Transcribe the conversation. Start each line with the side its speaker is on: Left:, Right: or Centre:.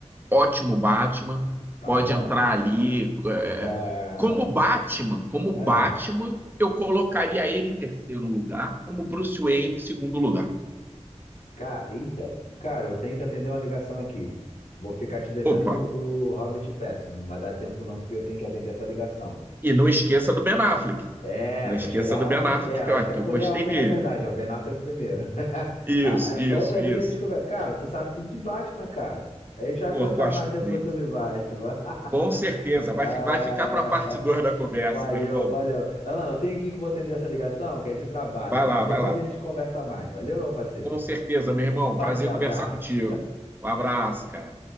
Right: ótimo Batman,
Left: Tá
Right: pode
Left: bom.
Right: entrar ali. é,
Left: <laughs> Ah,
Right: é, como Batman, como Batman,
Left: ah,
Right: eu colocaria ele em terceiro lugar, como Bruce Wayne em segundo lugar.
Left: cara, eita. Cara, eu tenho que atender uma ligação aqui. Vou ficar te devendo
Right: Opa,
Left: o, o Robert Pattinson. Não vai dar tempo não, porque eu tenho que atender essa ligação.
Right: e não esqueça do Ben Affleck.
Left: É,
Right: Não
Left: eu
Right: esqueça
Left: vou chegar
Right: do
Left: lá
Right: Ben
Left: também.
Right: Affleck,
Left: É, eu
Right: que, ó,
Left: até
Right: que
Left: pulei
Right: eu gostei
Left: a ordem,
Right: dele.
Left: na verdade. Ó, Ben Affleck primeiro. <laughs>
Right: Isso,
Left: Ah, ah,
Right: isso,
Left: Da outra
Right: isso.
Left: vez a gente conversa. Cara, tu sabe tudo de Batman, cara. A gente vai
Right: Pô,
Left: conversar
Right: gosto
Left: mais depois
Right: muito.
Left: sobre Batman. <laughs>
Right: Com certeza,
Left: Ah,
Right: vai, fi- vai ficar para a parte
Left: <laughs>
Right: 2 da conversa,
Left: valeu,
Right: meu irmão.
Left: valeu. Alan, eu tenho que ir que eu vou atender essa ligação, que é de trabalho.
Right: Vai
Left: Mas
Right: lá,
Left: depois
Right: vai lá.
Left: a gente conversa mais. Valeu, meu parceiro.
Right: Com certeza, meu irmão.
Left: Bate-abraço.
Right: Prazer conversar contigo. Um abraço, cara.